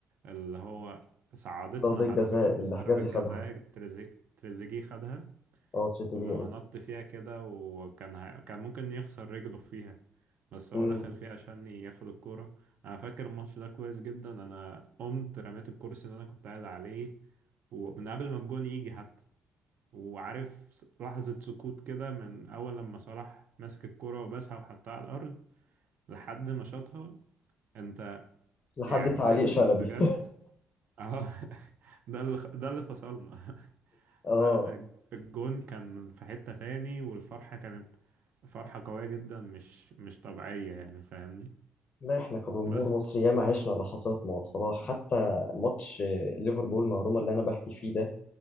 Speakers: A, on the right; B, on the left.
A: اللي هو صعدتنا
B: ضربة
A: حرفيا
B: جزاء اللي
A: ضربة
B: حجازي
A: جزاء
B: خدها
A: تريزي- تريزيجيه خدها
B: اه تريزيجيه
A: لو
B: قصدي
A: نط فيها كده وكان ه... كان ممكن يخسر رجله فيها بس هو
B: امم
A: دخل فيها عشان ياخد الكورة أنا فاكر الماتش ده كويس جدا أنا قمت رميت الكرسي اللي أنا كنت قاعد عليه ومن قبل ما الجون يجي حتى وعارف س- لحظة سكوت كده من أول لما صلاح مسك الكرة وبسها وحطها على الأرض لحد ما شاطها أنت
B: لحد
A: يعني
B: تعليق
A: كان
B: شلبي
A: بجد أهو <laughs> ده اللي ده اللي فصلنا
B: <laughs> اه
A: لا الج- الجون كان في حتة تاني والفرحة كانت فرحة قوية جدا مش مش طبيعية يعني فاهمني
B: لا احنا كجمهور
A: بس
B: مصري ياما عشنا لحظات مع صلاح حتى ماتش ليفربول مع روما اللي انا بحكي فيه ده